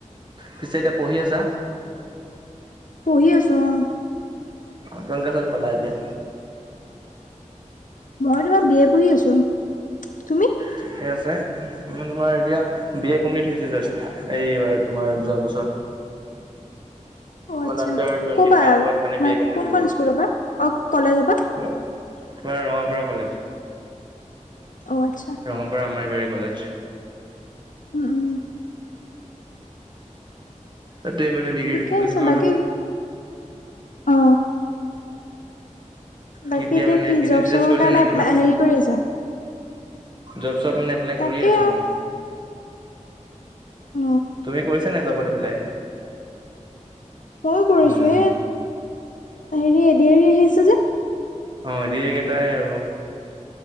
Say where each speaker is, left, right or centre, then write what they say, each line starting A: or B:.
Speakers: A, on the right; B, on the left.
A: পিছে এতিয়া পঢ়ি আছা।
B: পঢ়ি আছো অঁ।
A: অঁ কিমান ক্লাছ পালা এতিয়া?
B: মই তোমাৰ বি এ পঢ়ি আছো, তুমি?
A: ঠিকে আছে। মানে তোমাৰ এতিয়া বি এ কমপ্লিট হৈছে জাষ্ট এইবাৰ তোমাৰ যোৱা বছৰ।
B: অ
A: পলাশৰ
B: আচ্ছা
A: টোয়েনটি
B: ক'পা
A: ফাইভত মানে বি এ কমপ্লিট
B: কোনখন
A: হৈ গল।
B: স্কুলৰ পৰা অ কলেজৰ পৰা
A: আপোনাৰ ৰঙাপাৰা কলেজ।
B: অঁ আচ্ছা।
A: ৰঙাপাৰা আমৰবাৰী কলেজ।
B: উম উম।
A: তাতে মানে ডিগ্ৰীটো
B: ঠিকে
A: কমপ্লিট
B: আছে
A: কৰিলোঁ।
B: বাকী অ। বাকী
A: কি এতিয়া মানে বিজনেচ-চিজনেচ
B: জব চবৰ
A: কৰিছা
B: কাৰণে
A: নে
B: এপ্লাই
A: কিবা?
B: হেৰি কৰি আছা
A: জব-চব মানে এপ্লাই
B: তাকে
A: কৰি আছোঁ
B: আৰু।
A: অ।
B: অ
A: তুমি কৰিছা নাই জবত এপ্লাই?
B: মই কৰিছো
A: উম
B: এ হেৰি এদিয়েৰি আহি আছে যে।
A: অ এদিয়েৰি কেইটাই আৰু।